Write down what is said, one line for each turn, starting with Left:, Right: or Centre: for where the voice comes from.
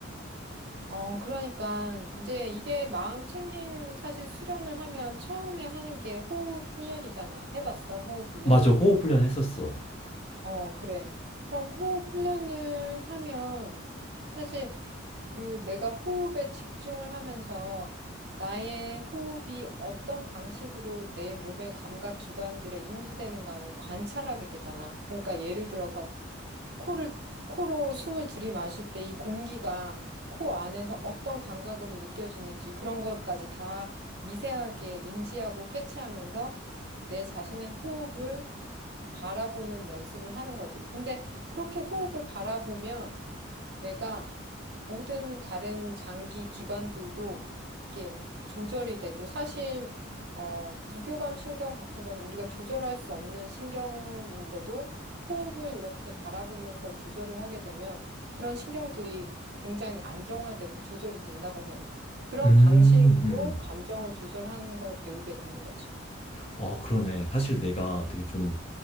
Right: 어, 그러니까 이제 이게 마음챙김 사실 수련을 하면 처음에 하는 게 호흡 훈련이잖아. 해봤어, 호흡 훈련?
Left: 맞아, 호흡 훈련 했었어.
Right: 어, 그래. 그럼 호흡 훈련을 하면 사실 그 내가 호흡에 집중을 하면서 나의 호흡이 어떤 방식으로 내 몸의 감각 기관들에 인지되는가를 관찰하게 되잖아. 그러니까 예를 들어서 코를, 코로 숨을 들이마실 때 이 공기가 코 안에서 어떤 감각으로 느껴지는지 그런 것까지 다 미세하게 인지하고 캐치하면서 내 자신의 호흡을 바라보는 연습을 하는 거지. 근데 그렇게 호흡을 바라보면 내가 모든 다른 장기 기관들도 이게 조절이 되고 사실 어, 부교감 신경 같은 거는 우리가 조절할 수 없는 신경인데도 호흡을 이렇게 바라보면서 조절을 하게 되면 그런 신경들이 굉장히 안정화되고 조절이 된다고 해. 그런
Left: 음, 음,
Right: 방식으로
Left: 음.
Right: 감정을 조절하는 걸 배우게 되는 거지.
Left: 아, 그러네. 사실 내가 되게 좀